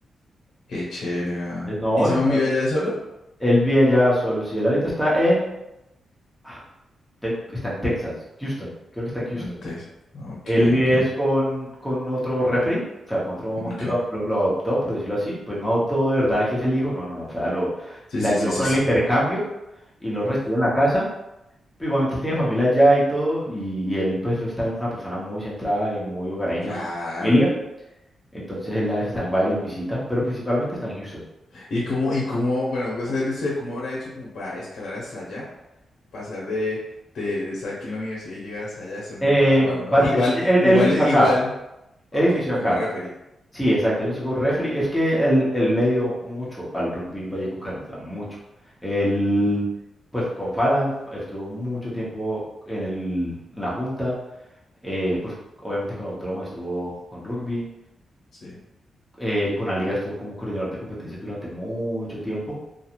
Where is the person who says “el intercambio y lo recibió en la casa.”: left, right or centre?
Centre